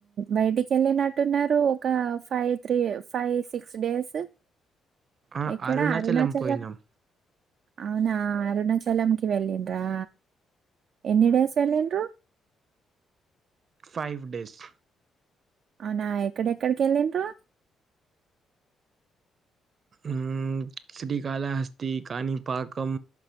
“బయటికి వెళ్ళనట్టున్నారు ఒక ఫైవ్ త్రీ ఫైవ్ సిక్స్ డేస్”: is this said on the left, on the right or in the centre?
Right